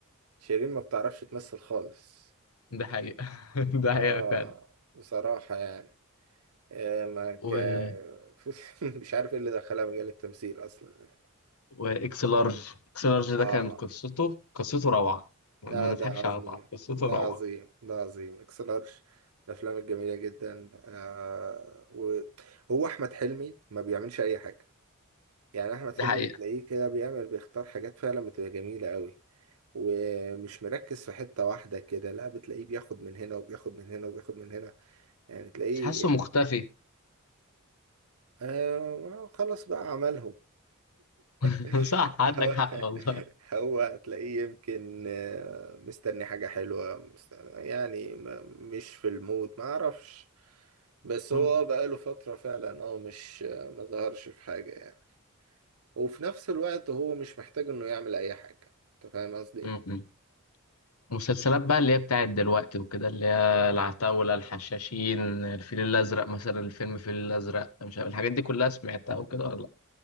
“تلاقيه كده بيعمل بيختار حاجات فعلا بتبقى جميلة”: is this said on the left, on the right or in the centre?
Right